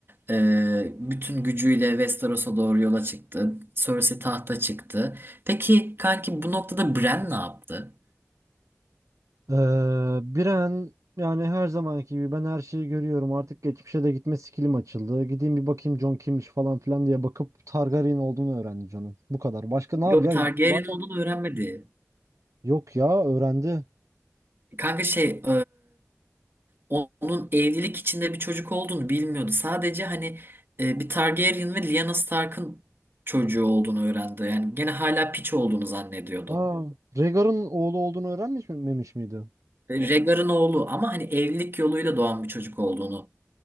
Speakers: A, on the right; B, on the right.
A: e, bütün gücüyle Westeros'a doğru yola çıktı. Cersei tahta çıktı. Peki kanki bu noktada Bran ne yaptı?
B: Ee, Biren yani her zamanki gibi ben her şeyi görüyorum artık geçmişe de gitme skillim açıldı. Gideyim bir bakayım Jon kimmiş falan filan diye bakıp Targaryen olduğunu öğrendi Jon'un. Bu kadar. Başka ne
A: Yok
B: yap? Ya
A: Targaryen
B: zaten
A: olduğunu öğrenmedi.
B: yok ya öğrendi.
A: Kanka şey onun evlilik içinde bir çocuk olduğunu bilmiyordu. Sadece hani e, bir Targaryen ve Lyanna Stark'ın çocuğu olduğunu öğrendi. Yani gene hala piç olduğunu zannediyordu.
B: Aa, Rhaegar'ın oğlu olduğunu öğrenmiş mi- memiş miydi?
A: Ve Rhaegar'ın oğlu ama hani evlilik yoluyla doğan bir çocuk olduğunu